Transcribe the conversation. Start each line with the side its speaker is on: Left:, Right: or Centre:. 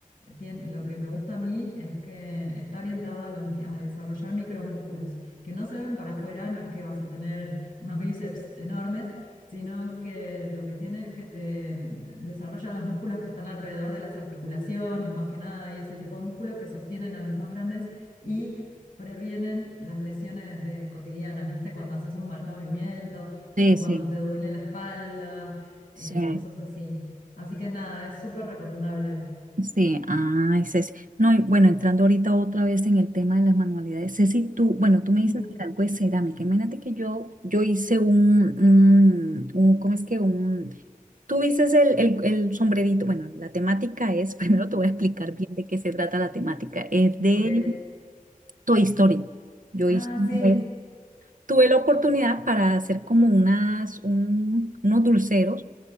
Left: tien- lo que me gusta a mí es que está orientado a, los, mi- a desarrollar micromúsculos, que no se ven para afuera, no es que vas a tener unos bíceps enormes, sino que lo que tiene es que te mm, desarrollan los músculos que están alrededor de las articulaciones, más que nada, y ese tipo de músculos que sostienen a los más grandes y previenen las lesiones de, cotidianas, ¿viste? Cuando haces un mal movimiento
Right: Sí,
Left: o cuando
Right: sí,
Left: te duele la espalda, eh,
Right: sí.
Left: cosas así. Así que nada, es súper recomendable.
Right: Sí, ay, Ceci. No, y bueno, entrando ahorita otra vez en el tema de las manualidades. Ceci, tú, bueno, tú me
Left: Sí.
Right: dices que algo de cerámica. Imagínate que yo, yo hice un, un, un- ¿cómo es que? Un, tú dices el, el, el sombrerito. Bueno, la temática es, <laughs> primero te voy a explicar bien de qué se trata la temática. Es de
Left: Ok.
Right: Toy Story. Yo
Left: Ah,
Right: hice una
Left: sí,
Right: vez- tuve la oportunidad para hacer como unas, un- unos dulceros.